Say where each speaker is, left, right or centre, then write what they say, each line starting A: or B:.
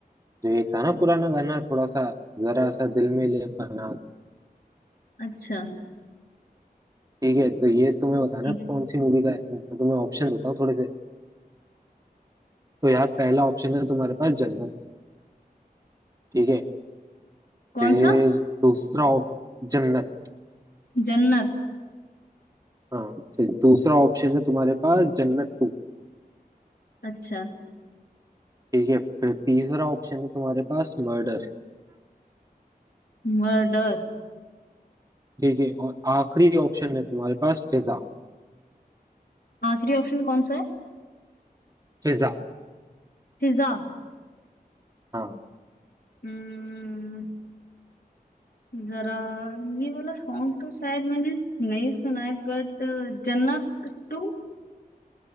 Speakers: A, on the right; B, on the left.
A: जो ये था ना पुराना गाना थोड़ा सा जरा सा दिल में ले पना
B: अच्छा
A: ठीक है तो ये तुम्हें बताना
B: ठीक है।
A: कौन सी मूवी का है मैं तुम्हें ऑप्शन देता हूँ थोड़े से तो यार पहला ऑप्शन है तुम्हारे पास जन्नत ठीक है
B: कौन
A: फिर
B: सा
A: दूसरा op- जन्नत
B: जन्नत
A: हाँ फिर दूसरा ऑप्शन है तुम्हारे पास जन्नत टू
B: अच्छा
A: ठीक है फिर तीसरा ऑप्शन है तुम्हारे पास मर्डर
B: मर्डर
A: ठीक है और आखिरी ऑप्शन है तुम्हारे पास फिजा
B: आखिरी ऑप्शन कौन सा है
A: फिजा
B: फिजा
A: हाँ
B: हम्म जरा ये वाला सॉन्ग तो शायद मैंने नहीं सुना है बट जन्नत टू